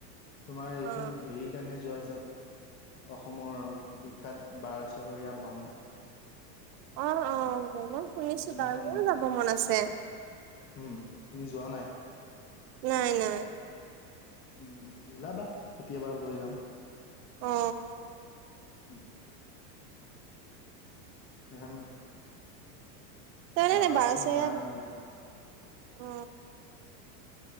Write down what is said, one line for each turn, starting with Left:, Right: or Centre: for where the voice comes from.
Left: তোমাৰ এইখন
Right: অ
Left: হেৰি সেইকাৰণে যোৱা হৈছে অসমৰ বিখ্যাত বাৰচহৰীয়া ভাওনা
Right: অ অ শুনিছো
Left: যোনখন
Right: তাৰ মোৰো যাব মন আছে
Left: উম তুমি যোৱা নাই
Right: নাই নাই
Left: উম ওলাবা কেতিয়াবা লৈ যাম
Right: অ
Left: উম এখন
Right: তেনে
Left: বাৰখন
Right: বাৰেচহৰীয়া
Left: গাঁৱে মিলি
Right: অ